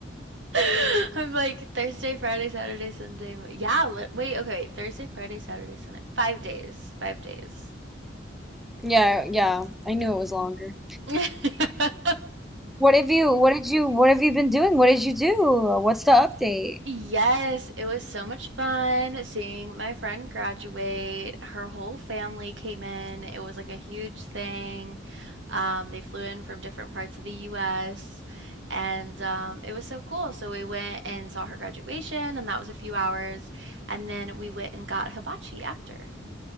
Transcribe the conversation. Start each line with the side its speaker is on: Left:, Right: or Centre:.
Right: I'm like Thursday, Friday, Saturday, Sunday. Mo- Yeah, li- wait, okay, wait. Thursday, Friday, Saturday, Sunday. Five days. Five days.
Centre: Yeah, yeah, I knew it was longer.
Right: <laughs>
Centre: What have you, what did you, what have you been doing? What did you do? What's the update?
Right: Yes, it was so much fun seeing my friend graduate. Her whole family came in. It was like a huge thing. Um, they flew in from different parts of the US and um, it was so cool. So we went and saw her graduation, and that was a few hours. And then we went and got hibachi after.